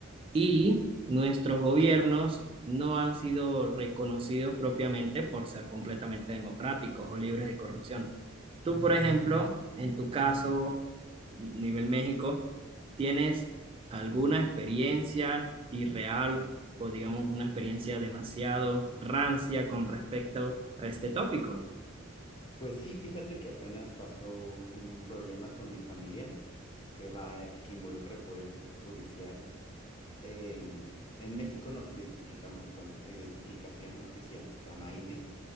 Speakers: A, on the right (about 25°); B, on the left (about 25°).
A: y nuestros gobiernos no han sido reconocidos propiamente por ser completamente democráticos o libres de corrupción. Tú, por ejemplo, en tu caso, nivel México, ¿tienes alguna experiencia irreal o digamos una experiencia demasiado rancia con respecto a este tópico?
B: Pues sí, fíjate que apenas pasó un problema con mi familia que va, eh, que involucra el Poder Ju- Judicial. Em, en México nos identificamos con nuestra identificación oficial que se llama INE